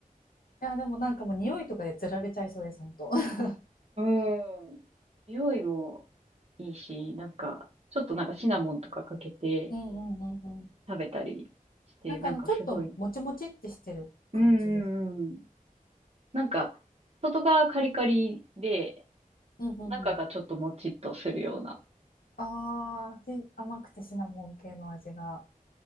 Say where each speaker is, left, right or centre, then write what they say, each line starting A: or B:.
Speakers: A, on the left; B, on the right.
A: いや、でもなんかもう匂いとかでつられちゃいそうです、本当。<laughs>
B: うん。匂いもいいし、なんか、ちょっとなんかシナモンとかかけて
A: うんうんうんうん。
B: 食べたりして、
A: なんかあの、
B: なんかすごい。
A: ちょっともちもちってしてる感じです。
B: うんうんうん。なんか、外側カリカリで、
A: うんうん
B: 中がちょっともちっとするような。
A: ああ、で、甘くてシナモン系の味が。